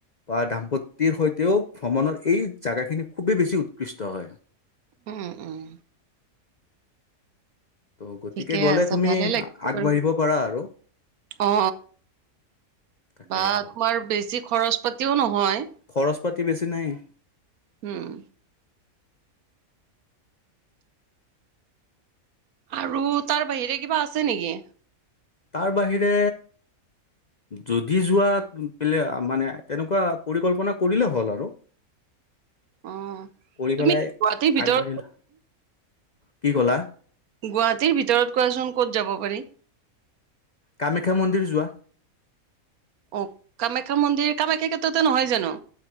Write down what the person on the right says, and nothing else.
উম উম।
ঠিকে
আছে
ভালে লাগিছে
বাৰু,
অ।
বা
তোমাৰ বেছি খৰচ পাতিও নহয়।
উম। আৰু তাৰ বাহিৰে কিবা আছে নেকি?
অ
তুমি
গুৱাহাটীৰ ভিতৰত
গুৱাহাটীৰ ভিতৰত কোৱাচোন ক'ত যাব পাৰি?
অ কামাখ্যা মন্দিৰ কামাখ্যা ক্ষেত্ৰতে নহয় জানো?